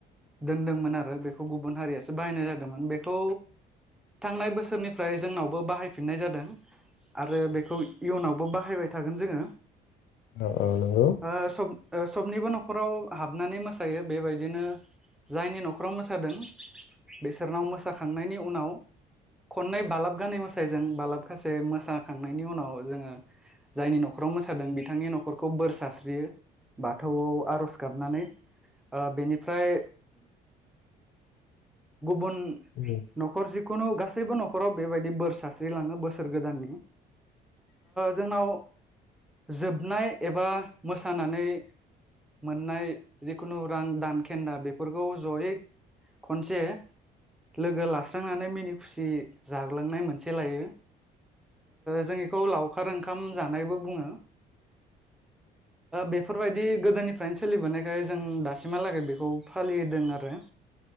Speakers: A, in the centre; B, on the left (about 65°).
A: दोनदोंमोन आरो बेखौ गुबुन हारियासो बाहायनाय जादोंमोन बेखौ। थांनाय बोसोरनिफ्राय जोंनावबो बाहायफिननाय जादों आरो बेखौ इयुनावबो बाहाय बाहायबाय थागोन जोङो
B: औ औ नंगौ।
A: ओ सब ओ सबनिबो न'खराव हाबनानै मोसायो बेबायदिनो जायनि न'खराव मोसादों बिसोरनाव मोसाखांनायनि उनाव खननै बालाब गानै मोसायजों बालाबगासे मोसाखांनायनि उनाव जोङो जायनि न'खराव मोसादों बिथांनि न'खरखौ बोर सास्रियो बाथ गो थौआव आर'ज गाबनानै ओ बेनिफ्राय गुबुन
B: उम
A: न'खर जि खुनु गासैबो नखराव बेबायदि बोर सारस्रिलाङो बोसोर गोदाननि जोंनाव जोबनाय एबा मोसानानै मोननाय जिखुनु रां दानखेन्दा बे फोरफोरखौ जयै खनसे लोगो लास्रांनानै मिनि खुसि जाग्लांनाय मोनसे लायो जों बेखौ लाव अखार ओंखाम जानायबो बुङो बेफोरबायदि गोदोनि फ्रायनो सोलिबोनायखाय जों दासिमहालागै बेखौ फालिदों आरो